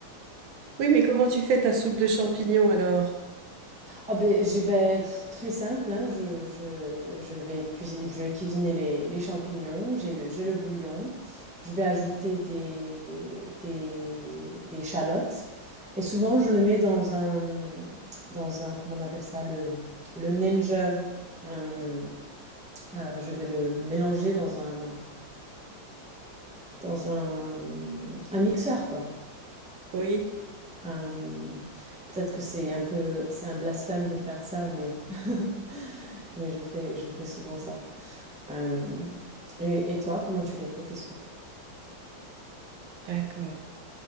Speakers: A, on the right; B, in the centre.
A: Oui, mais comment tu fais ta soupe de champignons alors?
B: Ah ben, j'ai ben, pff, très simple, hein, je, je, je vais cuisiner, je vais cuisiner les, les champignons, j'ai le, j'ai le bouillon, je vais ajouter des, des, des chalottes, et souvent je le mets dans un, dans un, comment on appelle ça, le, le ninja, euh, euh, je vais le mélanger dans un, dans un, un mixeur, quoi.
A: Oui.
B: Euh, peut-être que c'est un peu, c'est un blasphème de faire ça, mais, <laughs> mais je fais, je fais souvent ça. Euh, et, et toi, comment tu les fais, tes soupes?
A: D'accord.